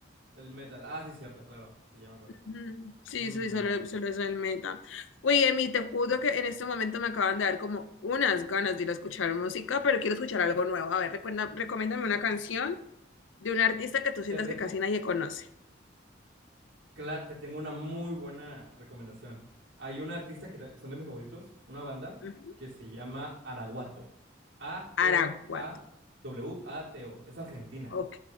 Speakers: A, on the right; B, on the left.
A: El metal. Ah, sí, cierto, claro, sí, ya me acordé.
B: Ujú. Sí,
A: Mm,
B: sí,
A: nice.
B: solo, solo es el metal. Oye, Emi, te juro que en este momento me acaban de dar como unas ganas de ir a escuchar música, pero quiero escuchar algo nuevo. A ver, recuerda, recomiéndame una canción de un artista que tú sientas
A: Te reco...
B: que casi nadie conoce.
A: Claro, te tengo una muy buena recomendación. Hay un artista que ta- son de mis favoritos, una banda
B: Ujú.
A: que se llama Araguato. A-R-A-W-A-T-O.
B: Araguat.
A: Es argentina.
B: Ok,